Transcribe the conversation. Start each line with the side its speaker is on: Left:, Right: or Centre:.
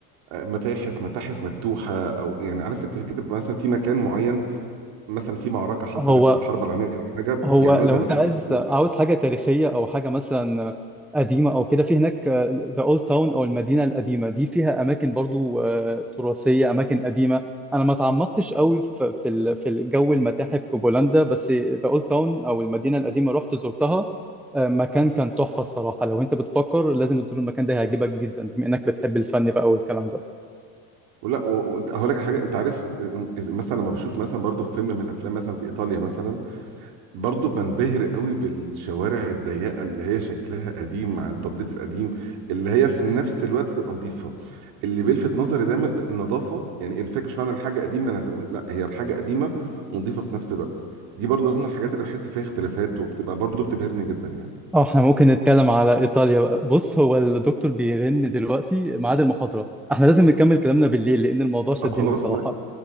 Right: آه، متاحف متاحف مفتوحه او يعني عارف انت كده مثلا في مكان معين مثلا في معركه حصلت
Centre: هو
Right: الحرب العالميه او حاجه
Centre: هو
Right: بيعملوها
Centre: لو
Right: زي
Centre: انت
Right: متحف
Centre: عايز
Right: مفتوح
Centre: عاوز حاجه تاريخيه او حاجه مثلا قديمه او كده في هناك ذا اولد تاون او المدينه القديمه دي فيها اماكن برضو آه، تراثيه اماكن قديمه انا ما تعمقتش قوي في في ال- في الجو المتاحف في بولندا بس ذا اولد تاون او المدينه القديمه رحت زرتها آه، مكان كان تحفه الصراحه لو انت بتفكر لازم تزور المكان ده هيعجبك جدا بما انك بتحب الفن بقى والكلام ده
Right: ولا و- وانت هقول لك على حاجه انت عارف آه، مثلا لما بشوف مثلا برضو فيلم من الافلام مثلا في ايطاليا مثلا برضه بنبهر قوي بالشوارع الضيقه اللي هي شكلها قديم مع التبليط القديم اللي هي في نفس الوقت تبقى نظيفه اللي بيلفت نظري دايما النظافه يعني الفكره مش معنى الحاجه قديمه انها هتبقى لا هي الحاجه قديمه ونظيفه في نفس الوقت دي برضه من الحاجات اللي بحس فيها اختلافات وبتبقى برضه بتبهرني جدا يعني
Centre: اه احنا ممكن نتكلم على ايطاليا بقى بص هو الدكتور بيرن دلوقتي ميعاد المحاضرة احنا لازم نكمل كلامنا بالليل لأن الموضوع شدني
Right: طب خلاص
Centre: الصراحة
Right: لا